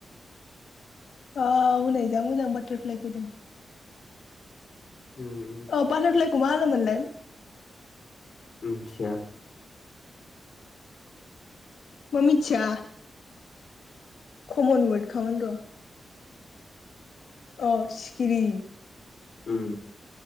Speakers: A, on the left; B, on the left.
A: अ हनै जा मोजां बाटारफ्लाइ फैदों
B: उम
A: अ बाटारफ्लाइ खमा होनोमोनलाय
B: मोनथिया
A: मा मिथिया कमन वर्डखामोन र' औ सिखिरि
B: उ